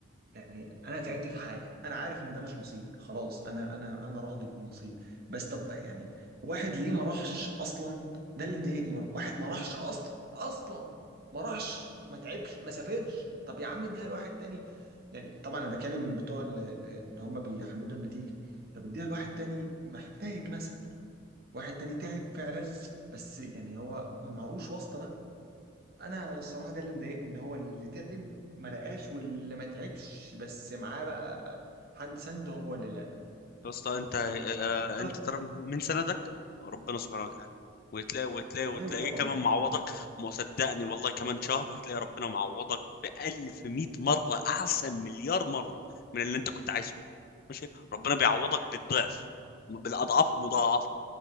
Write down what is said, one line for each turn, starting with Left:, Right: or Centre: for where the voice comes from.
Right: يعني انا تعبت في حاجه انا عارف ان ده مش نصيبي خلاص انا انا انا راضي بنصيبي بس طب يعني واحد ليه ما راحش اصلا ده اللي مضايقني برضه واحد ما راحش اصلا اصلا ما راحش ما تعبش ما سافرش طب يا عم اديها لواحد تاني يعني طبعا انا بكلم بتوع اللي اللي هم بيحددوا النتيجه طب اديها لواحد تاني محتاج مثلا واحد تاني تعب فعلا بس يعني هو ما معهوش واسطة بقى انا الصراحة ده اللي مضايقني ان هو اللي تعب ما لقاش واللي ما تعبش بس معاه بقى حد سنده هو اللي لقى
Left: يا اسطى انت
Right: فانا
Left: آه، انت ترى من سندك ربنا سبحانه وتعالى وتلاقي وتلاقي وتلاقيه
Right: ايوه طبعا
Left: كمان
Right: الحمد
Left: معوضك
Right: لله
Left: ما صدقني والله كمان شهر هتلاقي ربنا معوضك بألف مئة مرة أحسن مليار مرة من اللي انت كنت عايزه ماشي ربنا بيعوضك بالضعف بالأضعاف مضاعفة